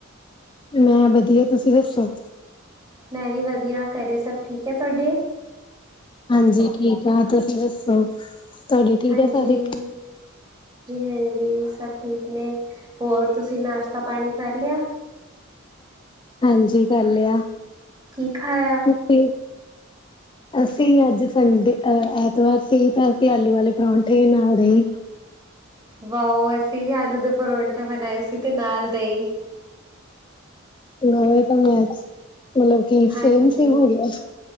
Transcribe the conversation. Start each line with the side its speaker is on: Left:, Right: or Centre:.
Left: ਮੈਂ ਵਧੀਆ। ਤੁਸੀਂ ਦੱਸੋ?
Right: ''ਮੈਂ ਵੀ ਵਧੀਆ। ਘਰੇ ਸਭ ਠੀਕ ਐ ਤੁਹਾਡੇ?
Left: ਹਾਂਜੀ, ਠੀਕ ਆ। ਤੁਸੀਂ ਦੱਸੋ? ਤੁਹਾਡੇ ਠੀਕ
Right: ਹਾਂਜੀ-ਹਾਂਜੀ।
Left: ਆ ਸਾਰੇ
Right: ਹੂੰ। ਜੀ, ਸਭ ਠੀਕ ਨੇ। ਹੋਰ ਤੁਸੀਂ, ਨਾਸ਼ਤਾ ਪਾਣੀ ਕਰ ਲਿਆ?
Left: ਹਾਂਜੀ ਕਰ ਲਿਆ
Right: ਕੀ ਖਾਇਆ?
Left: ਤੁਸੀਂ ''ਅਸੀਂ ਅੱਜ ਸੰਡੇ ਅਹ ਐਤਵਾਰ ਸੀ, ਤਾਂ ਅਸੀਂ ਆਲੂ ਵਾਲੇ ਪਰੌਂਠੇ ਨਾਲ ਦਹੀਂ।
Right: ਵਾਓ। ਅਸੀਂ ਵੀ ਆਲੂ ਦੇ ਪਰੋਂਠੇ ਬਣਾਏ ਸੀ, ਤੇ ਨਾਲ ਦਹੀਂ।
Left: ਹੋ, ਇਹ ਤਾਂ, ਮੈਂਜ ਮਤਲਬ ਕਿ,
Right: ਹਾਂਜੀ।
Left: ਸੇਮ- ਸੇਮ ਹੋ ਗਿਆ